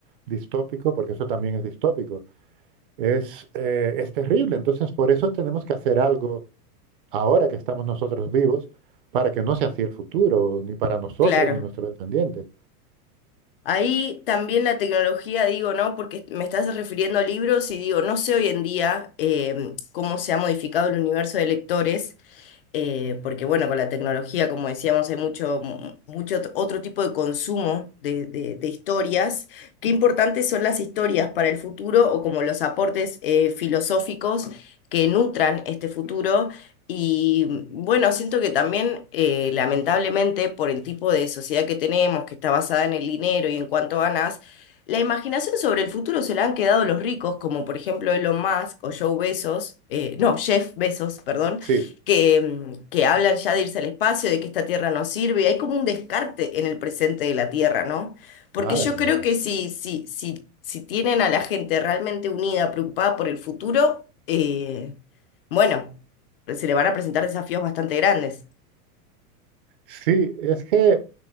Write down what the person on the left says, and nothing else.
Claro.
Ahí también la tecnología, digo, ¿no? Porque me estás refiriendo a libros y digo, no sé hoy en día em, cómo se ha modificado el universo de lectores, eh, porque bueno, con la tecnología, como decíamos, hay mucho, mu- mucho ot- otro tipo de consumo de, de- de historias. ¿Qué importantes son las historias para el futuro o como los aportes eh, filosóficos que nutran este futuro? Y mm, bueno, siento que también, eh, lamentablemente, por el tipo de sociedad que tenemos, que está basada en el dinero y en cuánto ganas, la imaginación sobre el futuro se la han quedado los ricos, como por ejemplo Elon Musk o Joe Bezos, eh, no, Jeff Bezos, perdón,
que, mm, que hablan ya de irse al espacio, de que esta Tierra no sirve. Hay como un descarte en el presente de la Tierra, ¿no? Porque
yo creo
que si, si, si, si tienen a la gente realmente unida, preocupada por el futuro, eh, bueno, se le van a presentar desafíos bastante grandes.